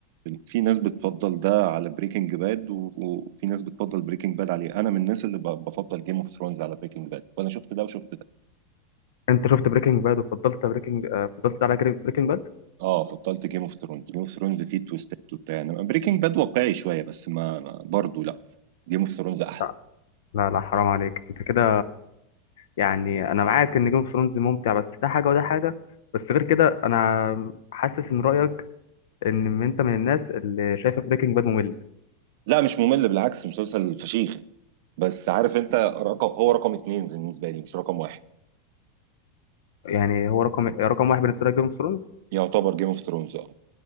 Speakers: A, on the right (about 50°); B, on the left (about 70°).
A: في ناس بتفضل ده على بريكنج باد وفي ناس بتفضل بريكنج باد عليه انا من الناس اللي ب- بفضل جيم اوف ثرونز على بريكنج باد وانا شفت ده وشفت ده
B: انت شفت بريكنج باد وفضلت بريكنج آه، فضلت ده على بريكنج باد
A: اه فضلت جيم اوف ثرونز جيم اوف ثرونز فيه تويستات وبتاع انما بريكنج باد واقعي شويه بس ما برضه لا جيم اوف ثرونز احلى
B: لا لا لا حرام عليك انت كده يعني انا معاك ان جيم اوف ثرونز ممتع بس ده حاجه وده حاجه بس غير كده انا حاسس ان رايك ان من- انت من الناس اللي شايفه بريكنج باد ممل
A: لا مش ممل بالعكس مسلسل فشيخ بس عارف انت رقم هو رقم اتنين بالنسبه لي مش رقم واحد
B: يعني هو رقم رقم واحد بالنسبه لك جيم اوف ثرونز
A: يعتبر جيم اوف ثرونز اه